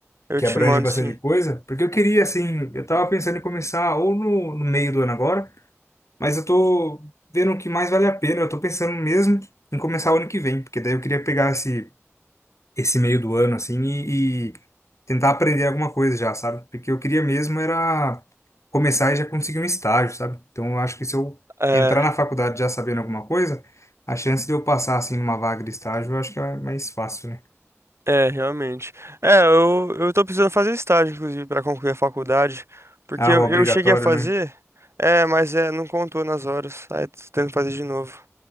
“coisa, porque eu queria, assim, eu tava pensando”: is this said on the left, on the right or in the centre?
Left